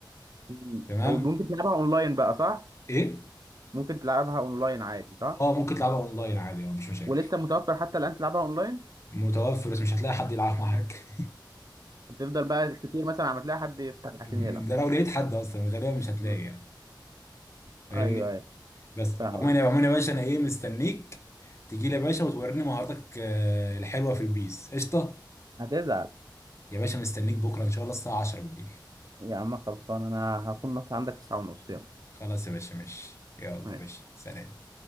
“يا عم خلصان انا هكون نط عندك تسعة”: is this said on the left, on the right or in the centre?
Right